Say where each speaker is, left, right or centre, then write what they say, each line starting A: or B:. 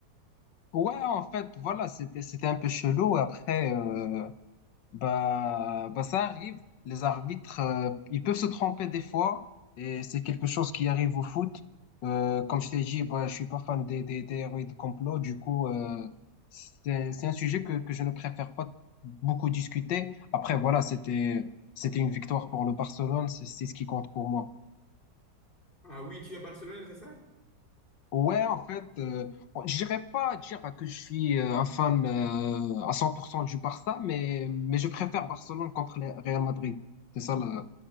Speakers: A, on the left; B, on the left.
A: Ouais, en fait, voilà, c'était c'était un peu chelou. Après, euh, Bah, bah ça arrive. Les arbitres, euh, ils peuvent se tromper des fois, et c'est quelque chose qui arrive au foot. Euh, comme je t'ai dit, bah, je suis pas fan des, des, des héros et de complot. Du coup, euh, c'est, c'est un sujet que, que je ne préfère pas beaucoup discuter. Après, voilà, c'était, c'était une victoire pour le Barcelone. C'est, c'est ce qui compte pour moi.
B: Ah oui, tu es à Barcelone, c'est ça?
A: Ouais, en fait, euh, je dirais pas dire que je suis euh, un fan euh, à 100% du Barça, mais, mais je préfère Barcelone contre le Real Madrid. C'est ça le,